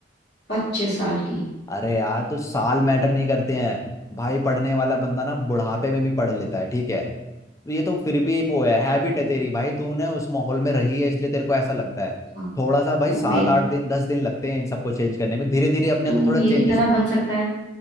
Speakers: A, on the left; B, on the left.
A: पच्चीस साल की
B: अरे यार तो साल मैटर नहीं करते हैं भाई पढ़ने वाला बंदा ना बुढ़ापे में भी पढ़ लेता है ठीक है तो ये तो फिर भी एक वो है हैबिट है तेरी भाई तूने उस माहौल में रही है इसलिए तेरे को ऐसा लगता है
A: हाँ
B: थोड़ा सा भाई
A: तू
B: सात
A: मेरी
B: आठ दिन दस दिन लगते हैं इन सबको चेंज करने में धीरे धीरे अपने
A: तू
B: अंदर थोड़ा
A: मेरी
B: चेंजेस
A: तरह बन सकता है